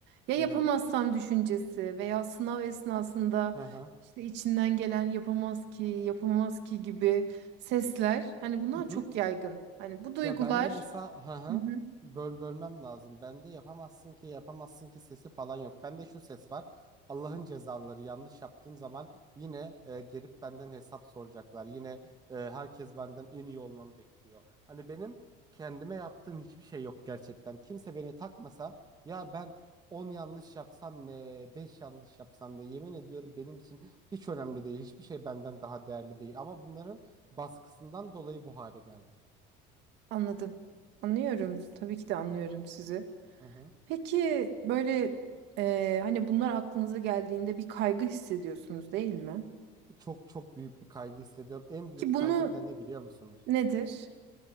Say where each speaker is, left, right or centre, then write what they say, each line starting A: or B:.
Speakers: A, on the right; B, on the right.
A: ya
B: Hı
A: yapamazsam
B: hı.
A: düşüncesi veya sınav esnasında
B: Hı hı.
A: işte içinden gelen yapamaz ki, yapamaz ki gibi sesler hani bunlar
B: Hı hı.
A: çok yaygın. Hani bu duygular
B: Ya ben de mesela hı
A: Hı
B: hı,
A: hı.
B: böl bölmem lazım. Ben de yapamazsın ki yapamazsın ki sesi falan yok. Ben de şu ses var. Allah'ın cezaları yanlış yaptığım zaman yine e, gelip benden hesap soracaklar. Yine e, herkes benden en iyi olmamı bekliyor. Hani benim kendime yaptığım hiçbir şey yok gerçekten. Kimse beni takmasa ya ben 10 yanlış yapsam ne, 5 yanlış yapsam ne yemin ediyorum benim için hiç önemli değil. Hiçbir şey benden daha değerli değil. Ama bunların baskısından dolayı bu hale geldim.
A: Anladım. Anlıyorum. Tabii ki de anlıyorum sizi.
B: Hı hı.
A: Peki böyle e, hani bunlar aklınıza geldiğinde bir kaygı hissediyorsunuz değil mi?
B: Çok çok büyük bir kaygı hissediyorum. En büyük
A: Ki bunu
B: kaygım da ne biliyor musunuz?
A: nedir?